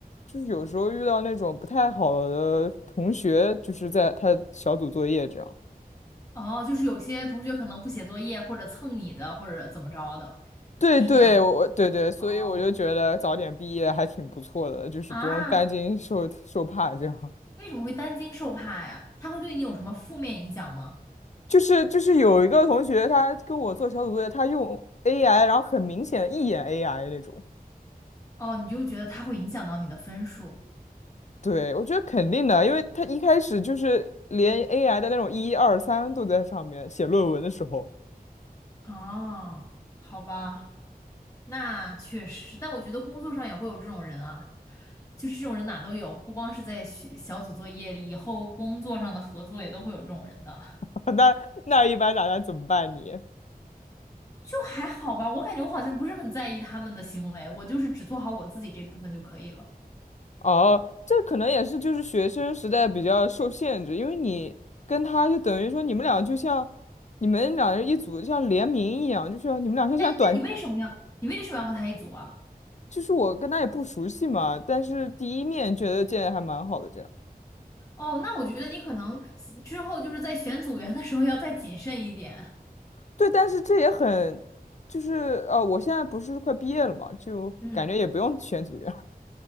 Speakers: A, on the left; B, on the left.
A: 就是有时候遇到那种不太好的同学，就是在他小组作业这样。
B: 哦，就是有些同学可能不写作业，或者蹭你的，或者怎么着的，
A: 对对，
B: 是那样吗
A: 我对对，所以我就觉得早点毕业还挺不错的，
B: 哦，
A: 就是不用担惊受受怕这样。
B: 啊，为什么会担惊受怕呀？他会对你有什么负面影响吗？
A: 就是就是有一个同学，他跟我做小组作业，他用 AI，然后很明显一眼 AI 那种。
B: 哦，你就觉得他会影响到你的分数。
A: 对，我觉得肯定的啊，因为他一开始就是连 AI 的那种一二三都在上面写论文的时候，
B: 哦，好吧。那确实，但我觉得工作上也会有这种人啊，就是这种人哪都有，不光是在学小组作业里，以后工作上的合作也都会有这种人的。
A: <laughs> 那那一般大家怎么办你？
B: 就还好吧，我感觉我好像不是很在意他们的行为，我就是只做好我自己这部分就可以了。
A: 哦，这可能也是就是学生时代比较受限制，因为你跟他就等于说你们俩就像你们俩人一组，就像联名一样，就是你们俩就像短，
B: 那那你为什么要你为什么要和他一组啊？
A: 就是我跟他也不熟悉嘛，但是第一面觉得见的还蛮好的这样。
B: 哦，那我觉得你可能之后就是在选组员的时候要再谨慎一点。
A: 对，但是这也很，就是呃，我现在不是快毕业了嘛，就感觉也不用选组员。
B: 嗯。